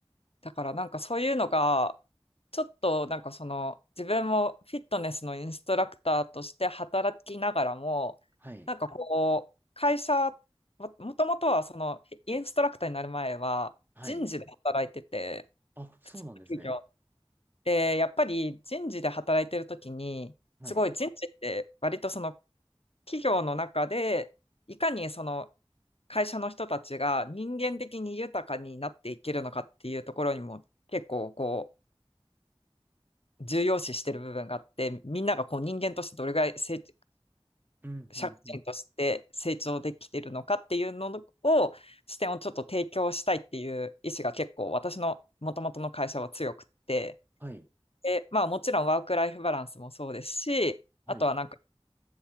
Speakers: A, on the left (about 70°); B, on the right (about 20°).
A: だからなんかそういうのが、ちょっとなんかその自分もフィットネスのインストラクターとして働きながらも、
B: はい。
A: なんかこう、会社、ももともとはそのインストラクターになる前は人事で働いてて、
B: はい。あ、そうなんですね。
A: 普通の企業。で、やっぱり人事で働いてるときに、
B: はい。
A: すごい人事って割とその企業の中で、いかにその会社の人たちが人間的に豊かになっていけるのかっていうところにも結構こう重要視してる部分があってみんながこう人間としてどれぐらい成
B: うん、
A: 社会人として成長できてるのかっていうのを視点をちょっと提供したいっていう意思が結構私のもともとの会社は強くって
B: うん、うん。はい。
A: で、まあ、もちろんワークライフバランスもそうですしあとはなんか
B: はい。